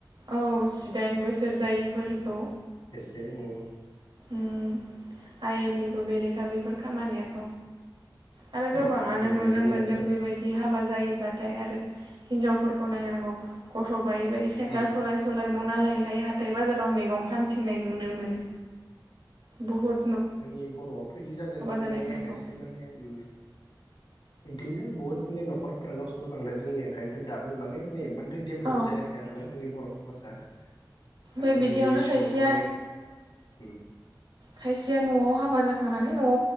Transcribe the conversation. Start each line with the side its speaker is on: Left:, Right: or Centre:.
Right: औ जिदाइन बोसोर जायिफोरखौ
Left: ए उम।
Right: उम आइयेननि बेरेखा बेैफोर खामानियाथ' आरो गोबाङानो
Left: अ अ माने
Right: नुनो
Left: जोंनियाथ'
Right: मोनदों बेबायदि हाबा जायोब्लाथाय आरो हिनजावफोर खौ नायनांगौ गथ' बायै बायै साइकेल
Left: उम
Right: सलाय सलाय मना लायै लायै हाथाय -बाजाराव मेगं फानथिंनाय नुनो मोनो बहुद
Left: जोंनि बर'आवथ' इदि जादो माने
Right: जानायफोरखौ
Left: खायसे माने उम बिदिनो बुहुतनि न'खरफोरा नस्थ' जालांदो जोंनि ओंखायनोथ दाबो माने माने इमान <unintelligible> डेभलप
Right: औ
Left: जायाखै आरोना जोंनि बर' समाजा माने
Right: ओमफ्राय बिदियावनो
Left: उन्दै बैसोआव
Right: खायसेया
Left: माने उम।
Right: खायसेया न'आव हाबा जाखांनानै न'आव